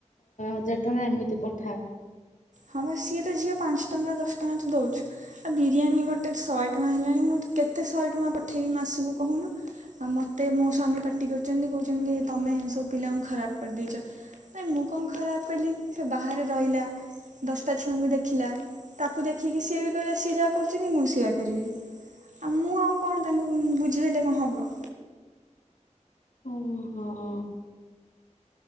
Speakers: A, on the left; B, on the right.
A: ହଜାର ଟଙ୍କା ଏମିତି ପଠାଅ
B: ହଁବା ସିଏତ ଝିଅ ପାଞ୍ଚ ଟଙ୍କା ଦଶ ଟଙ୍କାତୁ ଦ‌ଉଛୁ ଆ ବିରିୟାନୀ ଗୋଟେ ଶହେ ଟଙ୍କା ହେଲାଣି ମୁଁ କେତେ ଶହେ ଟଙ୍କା ପଠେଇବି ମାସକୁ କହୁନୁ। ଆଉ ମତେ ମୋ ସ୍ୱାମୀ ପାଟି କରୁଚନ୍ତି କହୁଚନ୍ତି ତମେ ସବୁ ପିଲାଙ୍କୁ ଖରାପ୍ କରିଦେଇଛ। ଆରେ ମୁଁ କଣ ଖରାପ୍ କଲି ସେବାହାରେ ରହିଲା ଦଶଟା ଛୁଆଙ୍କୁ ଦେଖିଲା ତାକୁ ଦେଖିକି ସିଏବି କହିଲା ସିଏ ଯାହା କରୁଚନ୍ତି ମୁଁ ସେଇଆ କରିବି। ଆଉ ମୁଁ ଆଉ କଣ ତାଙ୍କୁ ବୁଝେଇଲେ କଣ ହବ।
A: ଉଁ ହଁ।